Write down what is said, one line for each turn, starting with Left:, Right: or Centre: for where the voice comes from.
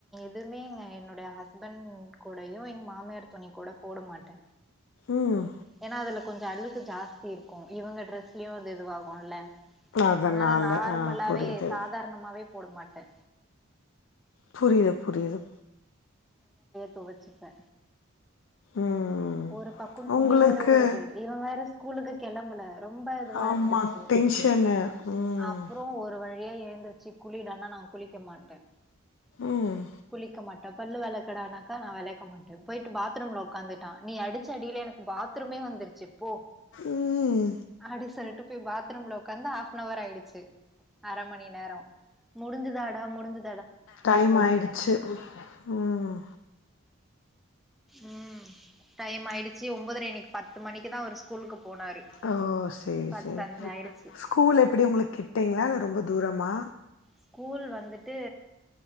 Centre: இதுவுமே எங்க என்னுடைய ஹஸ்பண்ட் கூடையு எங் மாமியார் துணி கூட போட மாட்டே
Left: ம்
Centre: ஏனா அதுலக் கொஞ்சோ அழுக்கு ஜாஸ்தி இருக்கு இவுங்க ட்ரெஸ்லயு இது இதுவாகுல்ல
Left: அதனால
Centre: அதுனால நார்மல்லாவே
Left: ஆ புரியுது
Centre: சாதாரணமாவே போடு மாட் ட்ட
Left: புரிது புரிது
Centre: துவெச்சுப்பே
Left: ம்
Centre: ஒரு பக்கோ
Left: உங்களுக்கு
Centre: துணி வேற ஊருது இவன் வேற ஸ்கூலுக்கு கெளம்புல ரொம்ப இதுவா
Left: ஆமா
Centre: இருந்துச்சு
Left: டென்ஷனு ம்
Centre: அப்புறோ ஒரு வழியா எழுந்திருச்சு குளிடானா நா குளிக்க மாட்டே
Left: ம்
Centre: குளிக்க மாட்டே பல்லு வெளக்குடானாக்கா நா வெலக் <unintelligible> ட்டேன் போயிட்டு பாத்ரூம்ல்ல உக் உக்காந்துட்டா நீ அடுச் ச்சடியில எனக் பாத்ரூமே வந்துரு ச்சு போ
Left: ம்
Centre: அடி சொல்லிட்டு போய் பாத்ரூம்ல உக்காந்து ஆவ்னவர் ஆயிடுச்சு அர மணி நேரோ முடுஞ்சுதாடா முடுஞ்சு
Left: டைம் ஆயிடுச்சு உம்
Centre: உம் டைம் ஆயிடுச்சு ஒன்பதரை இன்னிக் பத்து மணிக்குதா அவுரு ஸ்கூலுக்கு போனாரு
Left: ஓ செரி
Centre: பத்தஞ்சு
Left: செரி
Centre: ஆயிடுச்சு
Left: ஸ்கூல் எப்டி உங்களுக்கு கிட்டீங்களா இல்ல ரொம்ப தூரமா
Centre: ஸ்கூல் வந்துட்டு